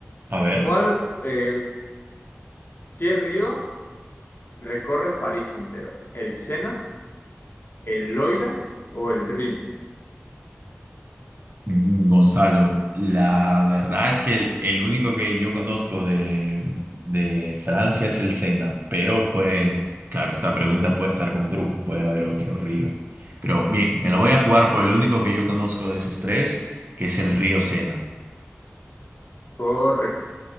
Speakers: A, on the right; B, on the left.
A: A ver.
B: ¿Cuál, eh, qué río recorre París entero? ¿El Sena, el Loira o el Rin?
A: Mm, Gonzalo, la verdad es que el, el único que yo conozco de, de Francia es el Sena, pero puede, claro, esta pregunta puede estar con truco, puede haber otro río. Pero bien, me la voy a jugar por el único que yo conozco de esos tres, que es el río Sena.
B: Correcto.